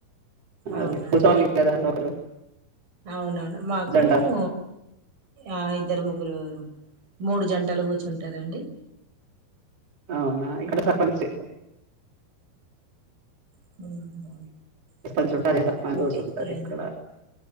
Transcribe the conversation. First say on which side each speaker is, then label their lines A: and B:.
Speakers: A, on the right; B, on the right.
A: అవునా
B: అదే కూసోవాలి
A: అండి
B: కదా ఒకరు
A: అవునవును మాకు కూడాము
B: జంట
A: ఆ ఇద్దరు ముగ్గురు మూడు జంటలు కూర్చుంటారండి
B: అవునా ఇక్కడ
A: ఉహు
B: సర్పంచ్
A: ఉహు
B: ఎప్పంచ్చో మాజీ సర్పంచ్
A: ఉంటాయి
B: కుసుంటారు
A: ఇగ
B: ఇక్కడ